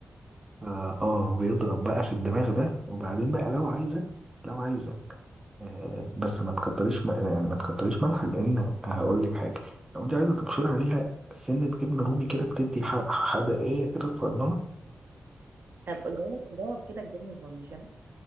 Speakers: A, on the right; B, on the right.
A: اه آه، بيضرب بقى في الدماغ ده وبعدين بقى لو عايزة لو عايزة آه بس
B: <laughs>
A: ما تكتريش م- يعني ما تكتريش ملح لأن هقول لك حاجة لو أنت عايزة تبشري عليها سنة جبنة رومي كده بتدي ح- حدقية كده صغننة
B: طب جوه جوه كده الجبنه البارميجان